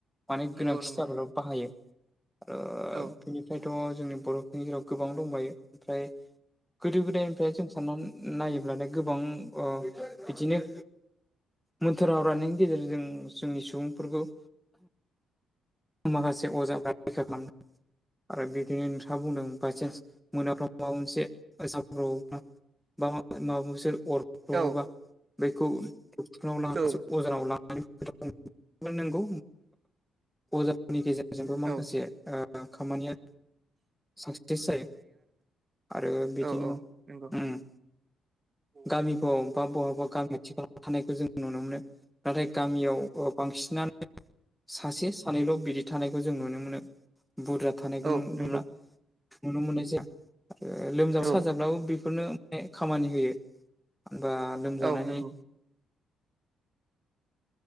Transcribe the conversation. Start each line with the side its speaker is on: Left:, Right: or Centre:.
Centre: माने
Right: नंगौ
Centre: गोनांथि
Right: नंगौ
Centre: जाबाल' बाहायो आरो।
Right: औ
Centre: बेनिफ्रायथ' जोंनि बर'फोरनि जेराव गोबां दंबायो ओमफ्राय गोदो गोदायनिफ्राय जों साननानै नायोब्लानो गोबां ओ बिदिनो। मोनथोराव <unintelligible> गेजेरजों जोंनि सुबुंफोरखौ माखासे अजाफ्रा रैखा खालामदों। आरो बिदिनो नोंथाङा बुंदों। बायसान्स मोनाफ्राव माबा मोनसे, <unintelligible> <unintelligible> <unintelligible> <unintelligible>
Right: औ औ
Centre: अजानाव लानानै <unintelligible> खोथा नांगौ। अजाफोरनि गेजेरजोंबो माखासे
Right: औ
Centre: ओ खामानिया सास टिस जायो आरो बिदिनो
Right: औ औ नंगौ
Centre: ओम,
Right: औ
Centre: गामिफ्राव बा बहाबा गामिखाथि खालाफोराव। थानायखौ जों नुनो मोनो। नाथाय गामियाव बांसिनानो, सासे थानायानैल' बिदि थानायखौ जों नुनो मोनो। बुरजा थानायखौ
Right: औ
Centre: नु -नुला
Right: नंगौ
Centre: नुनो मोननाय जायो। ओ लोमजाब
Right: औ
Centre: साजाब्लाबो बेफोरनो बे खामानि होयो। बा लोमजानायनि
Right: औ नंगौ